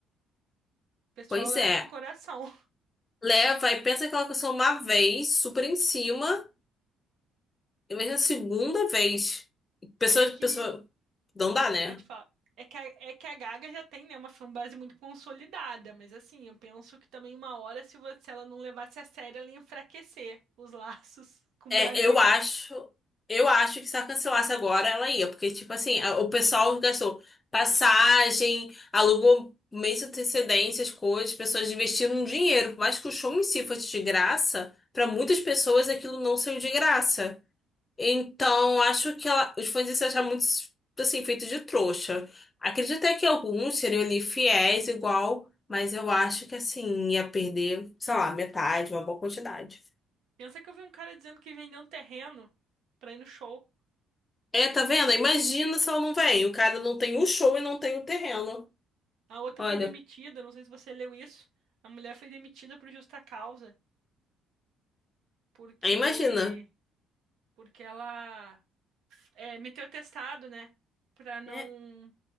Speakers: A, on the right (about 70°); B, on the left (about 30°).
A: pessoal
B: Pois
A: leva
B: é.
A: pro coração. <laughs>
B: Leva e pensa que ela aconteceu uma vez, super em cima, e imagina na segunda vez. Pessoas,
A: É que
B: pessoas, não dá, né?
A: Aí, tipo, ó, é que a, é que a Gaga já tem, né, uma fanbase muito consolidada, mas assim, eu penso que também uma hora, se, vo- se ela não levasse a sério, ela ia enfraquecer os laços <laughs> com
B: É,
A: o Brasil.
B: eu acho, eu acho que se ela cancelasse agora, ela ia, porque, tipo assim, a- o pessoal gastou passagem, alugou mês de antecedência, as coisas, as pessoas investiram dinheiro, por mais que o show em si fosse de graça, pra muitas pessoas aquilo não saiu de graça. Então, acho que ela- os fãs iam se achar muito, assim, feito de trouxa. Acredito até que alguns seriam ali fiéis, igual, mas eu acho que, assim, ia perder, sei lá, metade, uma boa quantidade.
A: Pensa que eu vi um cara dizendo que vendeu um terreno pra ir no show.
B: É, tá vendo? Imagina se ela não vem. O cara não tem o show e não tem o terreno.
A: A outra
B: Olha,
A: foi demitida, não sei se você leu isso. A mulher foi demitida por justa causa, porque
B: aí imagina.
A: porque ela é, meteu atestado, né, pra não
B: É,